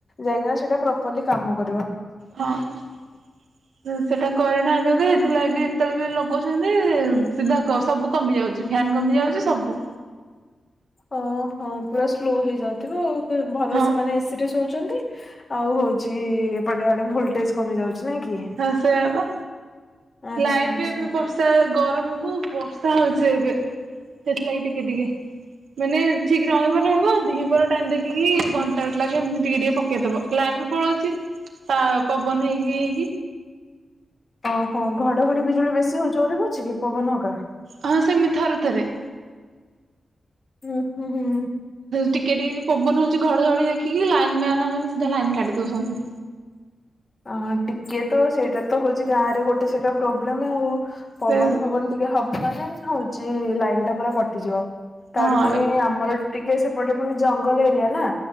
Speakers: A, on the left; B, on the right.
A: ଯାଇକି ନା ସେଟା ପ୍ରପରଲି କାମ କ
B: ହଁ ସେଟା କରିନା ଦେବେ ଏଥିଲାଗି କେତେବେଳ ବି ଲଗୁଉଛନ୍ତି। ସିଧା କ ସବୁ କମି ଯାଉଛି ଫ୍ୟାନ୍ କମି ଯାଉଛି ସବୁ
A: ଓ ହଁ ପୁରା ସ୍ଲୋ ହେଇଯାଉଥିବ ଆଉ। ଭଲ
B: ହଁ
A: ସେମାନେ ଏସି ରେ ଶୋଉଛନ୍ତି। ଆଉ ହଉଛି ଏପଟେ ଆଡେ ଭୋଲଟେଜ କମି ଯାଉଛି। ନାଇଁ କି
B: ହଁ ସେୟବା
A: ଆଚ୍ଛା
B: ଲାଇନ
A: ଆଚ୍ଛା।
B: ବି ଏବେ ବର୍ଷା ଗରମକୁୁ ବର୍ଷା ହଉଛି ଏବେ ସେଥିଲାଗି ଟିକେ ଟିକେ ମାନେ ଠିକ ରହିବ ରହିବ ଦିପର ଟାଇମ ଦେଖିକି ଘଣ୍ଟା ଲାଗେ ଏମତି ଟିକେ ଟିକେ ପକେଇଦବ ଲାଇନ ବି ପଳଉଛି ତା ପବନ ହେଇକି
A: ଓ ହୋ ଘଡଘଡି ବିଜୁଳି ବେଶୀ ଯୋରେ ହଉଛି କି। ପବନ ହକା?
B: ହଁ ସେମିତି ଥରେ ଥରେ।
A: ହୁଁ ହୁଁ ହୁଁ।
B: ଟିକେ ପବନ ହଉଛି ଘଡଝଡି ଦେଖିକି ଲାଇନ ମ୍ୟାନ ଲାଇନ କାଟି ଦଉଛନ୍ତି।
A: ଅ ଟିକେ ତ ସେଇଟା ତ ହଉଛି ଗାଁ ରେ ଗୋଟେ ସେଇଟା ପ୍ରୋବ୍ଲେମ ଆଉ।
B: ସେ
A: ପବନ ଫବନ ଟିକେ ହବ ମାନେ ହଉଛି ଲାଇନ ଟା ପୁରା କଟିଯିବ। ତାର
B: ହଁ
A: ପୁଣି ଆମର ଟିକେ ସେ ସେପଟେ ପୁଣି ଜଙ୍ଗଲ ଏରିଆ ନା।